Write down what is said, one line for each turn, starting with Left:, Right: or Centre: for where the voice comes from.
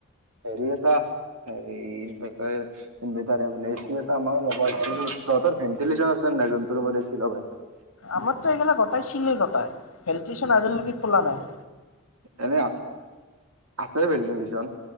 Right: হেৰি এটা হনভাৰটাৰনভাৰটাৰ বো এ চি এটা আমাৰ লগাই তহঁতৰ ভেণ্টিলেচন আছে ন নাই যোনটো ৰুমত এচি লগাইছা।
Left: আমাৰতো এইগালা গোটাই চিলে গটাই। হেল ষ্টেচন আজিলৈকে খোলা নাই।
Right: এনে আছে ভেলট পিছন।